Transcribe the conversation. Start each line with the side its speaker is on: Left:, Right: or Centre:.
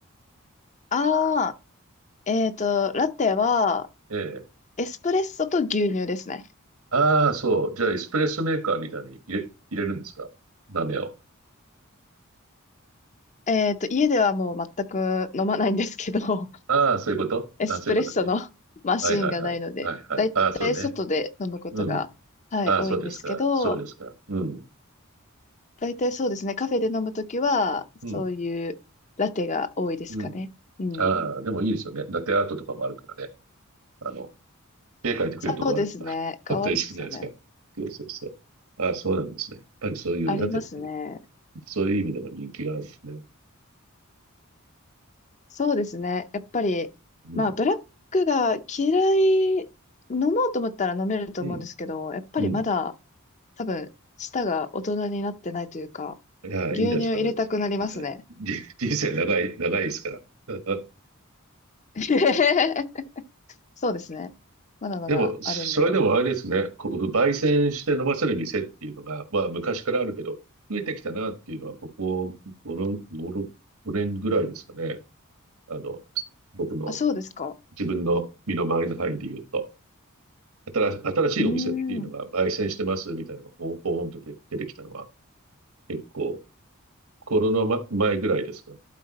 Left: ああ、えっと、ラテは、
Right: ええ。
Left: エスプレッソと牛乳ですね。
Right: ああ、そう。じゃあ、エスプレッソメーカーみたいに入れ、入れるんですか豆を。
Left: えっと、家ではもう全く飲まないんですけど、
Right: ああ、そういうことああ、
Left: エスプレッソの
Right: そういうことね。
Left: <laughs> マシーンがないので、
Right: はいはいはい。はいはい。
Left: だいたい外で飲むことが、
Right: ああ、そうね。うん。
Left: はい、
Right: ああ、
Left: 多いんですけど、
Right: そうですか。そうですか。うん。
Left: だいたいそうですね、カフェで飲むときは、そういうラテが多いですかね。
Right: うん。うん。
Left: うん。
Right: ああ、でもいいですよね。ラテアートとかもあるからね。あの、絵描いてくれるとこあるああったりするじゃないですか。
Left: そうですね、かわいいですよね。
Right: そうそうそう。ああ、そうなんですね。やっぱりそういうラテって、
Left: ありますね。
Right: そういう意味でも人気があるんですね。
Left: そうですね、やっぱり、
Right: うん、
Left: まあ、ブラックが嫌い、飲もうと思ったら飲めると思うんですけど、
Right: うん、
Left: やっぱりまだ、
Right: うん。
Left: 多分、舌が大人になってないというか、
Right: いや、
Left: 牛乳入れたくなりますね。
Right: いいんじゃないですか。えーじ <laughs> 人生長い、長いですから。<laughs>
Left: <laughs> そうですね。まだまだあるんで。
Right: でも、それでもあれですね、こう焙煎して飲ませる店っていうのが、まあ昔からあるけど、増えてきたなっていうのは、ここ5、年ぐらいですかね。あの、僕の
Left: あ、そうですか。
Right: 自分の身の回りの範囲で言うと。新し新しいお店っていうのが焙煎してますみたいなのがポンポンと出出てきたのは
Left: うーん。
Right: 結構コロナま前ぐらいですか、